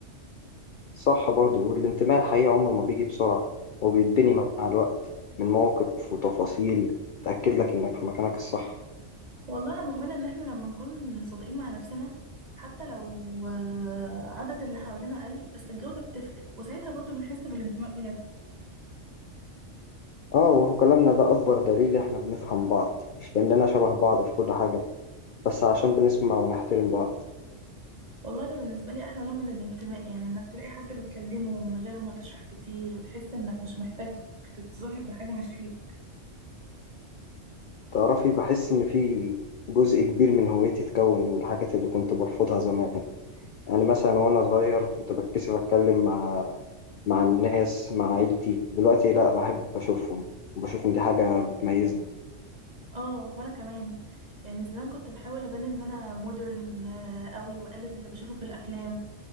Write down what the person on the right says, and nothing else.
والله انا مؤمنه ان احنا لما نكون صادقين مع نفسنا حتى لو آه، عدد اللي حوالينا قل بس الجوده بتفرق وساعتها برضو بنحس بالانتماء بجد
والله ده بالنسبه لي احلى نوع من الانتماء يعني انك تلاقي حد بتكلمه من غير ما تشرح كتير وتحس انك مش محتاج تتظاهر بحاجه مش فيك
اه وانا كمان يعني زمان كنت بحاول ابان ان انا مودرن قوي واقلد اللي بشوفه في الافلام